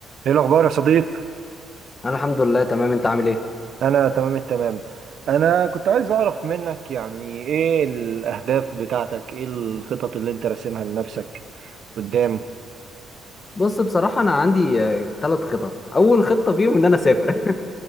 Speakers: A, on the right; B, on the left.
A: ايه الاخبار يا صديق
B: انا الحمد لله تمام انت عامل ايه
A: انا تمام التمام انا كنت عايز اعرف منك يعني ايه الاهداف بتاعتك ايه الخطط اللي انت راسمها لنفسك قدام
B: بص بصراحه انا عندي ثلاث خطط اول خطه فيهم ان انا اسافر <laughs>